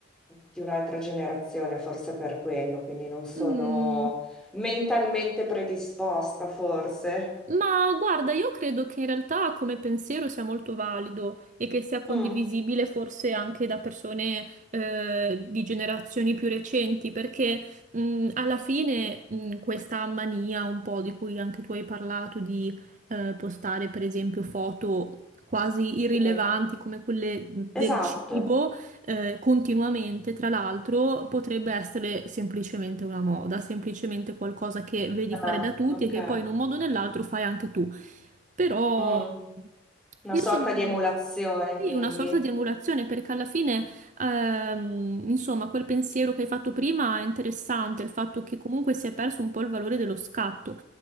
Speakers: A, in the centre; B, on the right.
A: di un'altra generazione, forse per quello, quindi non sono
B: mm,
A: mentalmente predisposta, forse.
B: Ma guarda, io credo che in realtà come pensiero sia molto valido e che sia condivisibile
A: Mm,
B: forse anche da persone eh, di generazioni più recenti, perché mh, alla fine mh, questa mania un po' di cui anche tu hai parlato, di eh, postare per esempio foto quasi irrilevanti
A: Sì,
B: come quelle del
A: esatto.
B: cibo eh, continuamente, tra l'altro, potrebbe essere semplicemente una moda, semplicemente qualcosa che vedi fare
A: Ah,
B: da tutti
A: ok.
B: e che poi in un modo o nell'altro fai anche tu. Però
A: Mm, Una
B: io
A: sorta
B: sono
A: di emulazione,
B: sì,
A: quindi.
B: una sorta di emulazione perché alla fine, ehm, insomma, quel pensiero che hai fatto prima è interessante, il fatto che comunque si è perso un po' il valore dello scatto.